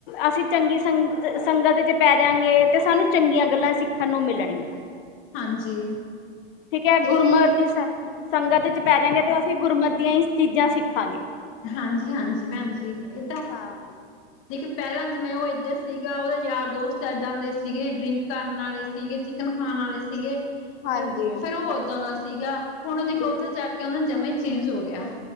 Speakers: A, on the left; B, on the left.
A: ਅਸੀਂ ਚੰਗੀ ਸੰਗ ਸੰਗਤ ਚ ਪੈਜਾਂਗੇ ਤਾਂ ਸਾਨੂੰ ਚੰਗੀਆਂ ਗੱਲਾਂ ਸਿੱਖਣ ਨੂੰ ਮਿਲਣਗੀਆਂ।
B: ਹਾਂਜੀ।
A: ਠੀਕ ਐ ਗੁਰਮਤਿ
B: ਇਹੀ
A: ਦੀ ਸੰਗ ਸੰਗਤ ਚ ਪੈ ਜਾਂਗੇ ਤੇ ਅਸੀਂ ਗੁਰਮਤਿ ਦੀਆਂ ਈ ਚੀਜ਼ਾਂ ਸਿੱਖਾਂਗੇ।
B: ਹਾਂਜੀ-ਹਾਂਜੀ ਭੈਣ ਜੀ ਏ
A: ਹਾਂ
B: ਲੇਕੀ ਪੈਲਾ ਜਿਵੇਂ ਓ ਏਧਰ ਸੀਗਾ ਇਦੇ ਯਾਰ ਦੋਸਤ ਇੱਦਾਂ ਦੇ ਸੀਗੇ ਡਰਿੰਕ ਕਰਨ ਆਲੇ ਸੀਗੇ, ਚਿਕਨ ਖਾਣ ਆਲੇ ਸੀਗੇ
A: ਹਾਂਜੀ
B: ਫੇਰ ਓ ਓਦਾਂ ਦਾ ਸੀਗਾ ਹੁਣ ਓ ਦੇਖਲੋ
A: ਬਿਲਕੁਲ
B: ਉੱਧਰ ਜਾ ਕੇ ਓ ਨਾਂ ਜਮਾ ਈ ਚੇਂਜ ਹੋ ਗਿਆ।